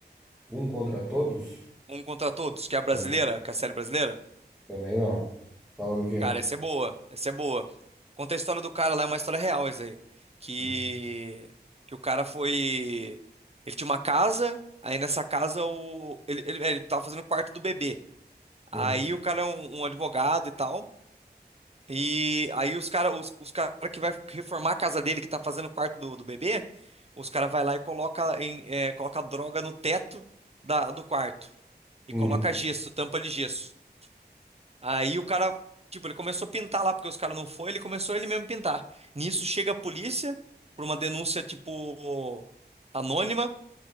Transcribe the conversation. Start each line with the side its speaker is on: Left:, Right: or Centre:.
Centre: Um contra todos?
Right: Um Contra Todos, que é a brasileira,
Centre: Tam-
Right: que é a série brasileira?
Centre: também não. Fala do quê?
Right: Cara, essa é boa. Essa é boa. Conta a história do cara lá, é uma história real isso aí. Que,
Centre: Uhum.
Right: que o cara foi. Ele tinha uma casa, aí nessa casa o, ele, ele, ele tava fazendo o quarto do bebê.
Centre: Hum.
Right: Aí o cara é um, um advogado e tal. E aí os cara, os, os cara que vai reformar a casa dele, que tá fazendo o quarto do, do bebê, os cara vai lá e coloca em, eh, coloca droga no teto da, do quarto e
Centre: Hum.
Right: coloca gesso, tampa de gesso. Aí o cara, tipo, ele começou a pintar lá porque os cara não foi, ele começou ele mesmo a pintar. Nisso chega a polícia por uma denúncia tipo anônima.